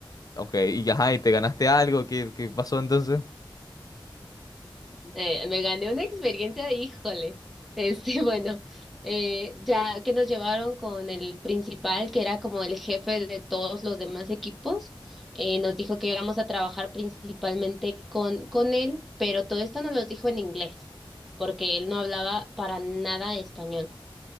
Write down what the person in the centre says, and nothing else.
Eh, me gané una experiencia, híjole. Este, <laughs> bueno, eh, ya que nos llevaron con el principal, que era como el jefe de todos los demás equipos, eh, nos dijo que íbamos a trabajar principalmente con, con él, pero todo esto nos lo dijo en inglés, porque él no hablaba para nada español.